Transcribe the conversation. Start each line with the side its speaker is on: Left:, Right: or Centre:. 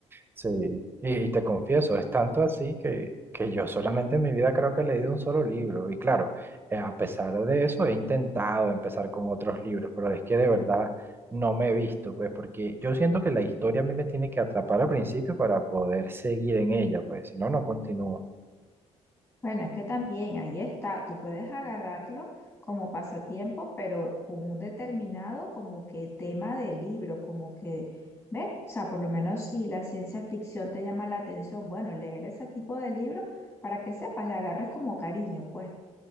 Right: Sí, y, y te confieso, es tanto así que, que yo solamente en mi vida creo que he leído un solo libro. Y claro, eh, a pesar de eso he intentado empezar con otros libros, pero es que de verdad no me he visto, pues porque yo siento que la historia a mí me tiene que atrapar al principio para poder seguir en ella, pues si no, no continúo.
Left: Bueno, es que también ahí está, tú puedes agarrarlo como pasatiempo, pero con un determinado como que tema de libro, como que, ¿ves? O sea, por lo menos si la ciencia ficción te llama la atención, bueno, leer ese tipo de libro para que sepas, le agarres como cariño, pues.